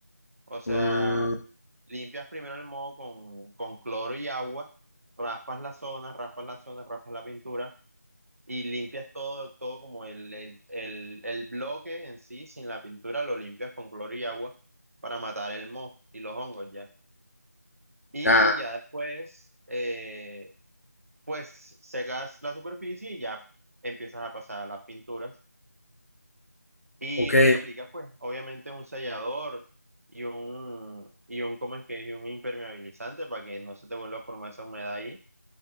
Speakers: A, on the right; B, on the left.
A: O sea,
B: mm,
A: Limpias primero el moho con, con cloro y agua, raspas la zona, raspas la zona, raspas la pintura y limpias todo, todo como el, el, el, el bloque en sí, sin la pintura, lo limpias con cloro y agua para matar el moho y los hongos ya. Y
B: ya,
A: ya después, eh, pues secas la superficie y ya empiezas a pasar las pinturas. Y,
B: ok.
A: y aplicas, pues, obviamente un sellador y un, y un, ¿cómo es que? es? Y un impermeabilizante para que no se te vuelva a formar esa humedad ahí.